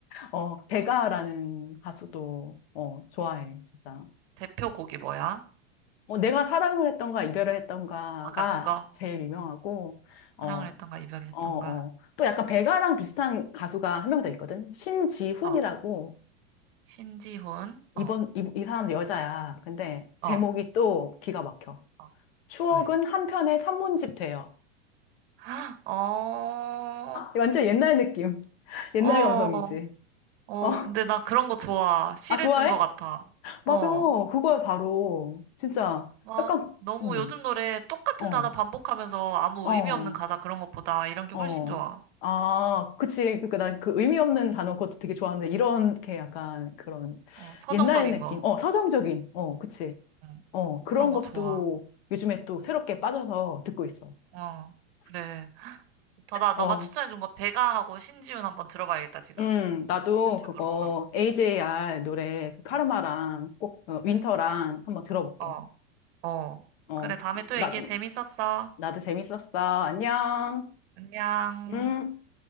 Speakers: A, on the left (about 60°); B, on the right (about 55°).
A: 어, 베가라는 가수도, 어, 좋아해, 진짜.
B: 대표곡이 뭐야?
A: 어, 내가 사랑을 했던가, 이별을 했던가가
B: 아까 그거?
A: 제일
B: 음.
A: 유명하고, 어,
B: 사랑을 했던가 이별을 했던가.
A: 어, 어. 또 약간 베가랑 비슷한 가수가 한 명 더 있거든? 신지훈이라고,
B: 어. 신지훈.
A: 이번,
B: 어.
A: 이, 이 사람 여자야. 근데 제목이
B: 어.
A: 또 기가 막혀.
B: 어.
A: 추억은
B: 왜?
A: 한 편의 산문집 돼요.
B: <gasps> 어.
A: 완전 옛날 느낌. <laughs> 옛날
B: 어.
A: 감성이지.
B: 어.
A: 어,
B: 근데 나 그런 거 좋아. 시를
A: 아, 좋아해?
B: 쓴 거 같아. 어.
A: 맞아. 그거야, 바로. 진짜.
B: 막
A: 약간,
B: 너무
A: 음,
B: 요즘 노래 똑같은
A: 어.
B: 단어 반복하면서 아무
A: 어,
B: 의미 없는 가사 그런 것보다 이런 게
A: 어.
B: 훨씬 좋아.
A: 아, 그치. 그니까 나 그 의미 없는 단어 그것도 되게 좋아하는데, 이렇게 약간 그런
B: 어. 서정적인
A: 옛날 느낌.
B: 거.
A: 어, 서정적인. 어, 그치.
B: 응.
A: 어, 그런
B: 그런 거
A: 것도
B: 좋아.
A: 요즘에 또 새롭게 빠져서 듣고 있어.
B: 어. 그래. 다다 너가
A: 어,
B: 추천해준 거 배가하고 신지훈 한번 들어봐야겠다 지금.
A: 음, 나도
B: 유튜브로
A: 그거
B: 바로.
A: AJR
B: 어.
A: 노래 그 카르마랑
B: 응.
A: 꼭 어, 윈터랑
B: 응.
A: 한번 들어볼게.
B: 어. 어.
A: 어,
B: 그래, 다음에 또
A: 나중에.
B: 얘기해. 재밌었어.
A: 나도 재밌었어. 안녕.
B: 안녕.
A: 음.